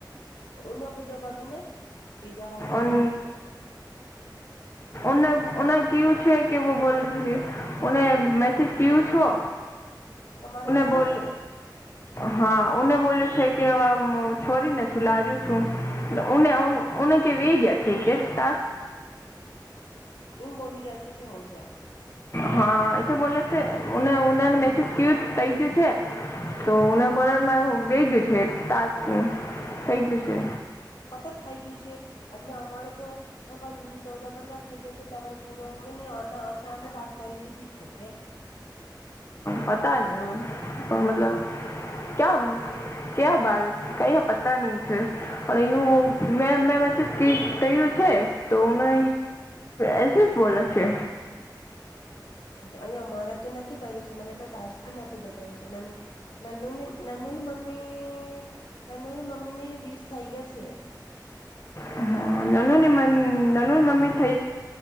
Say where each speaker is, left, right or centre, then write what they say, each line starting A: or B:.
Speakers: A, on the left (about 75°); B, on the left (about 35°).
A: ઉ પૂજા પબને ભીજા વાળાને
B: ઓન ને કયું છે કેવું બોલને મેસેજ કયું છો.
A: તમારે કર્યું
B: બોલ
A: છે
B: હા બોલે છે કે છોડીને છું લાર્યું છું. ઉને ઉને કે વ ગયા છે કે ત
A: ઇમ બોલી રહ્યા છે કે હો ગયા.
B: હા એછ બોલે છે ઉને ઉને મેસેજ કું થઈ ગયું છે. તોને બોલે વે ગયું છે તાસું થઈ ગયું છે.
A: કતત થઈ ગયું છે એટલે અમારે તો પણ ચૌદા પંદર થઈ ગયા છે ત હવે પૂરો મને અ અતરા ન બાર કરી લીધી છે કે
B: પતા ન મતલબ ક્યા ક્યા બાત કઈ પતા નહી છે પણ એ મે મે કે કું છે તોને એસી જ બોલે છે.
A: અહી અમારે તો નથી કર્યું છે મને તો ટાસ્ક ભી નથી બતાવ્યું છે નનુ નનુ ની મમ્મી નનુની મમ્મી ને બીસ થઇ ગયા છે.
B: હમ. નનુ ની નનુ મમ્મી થ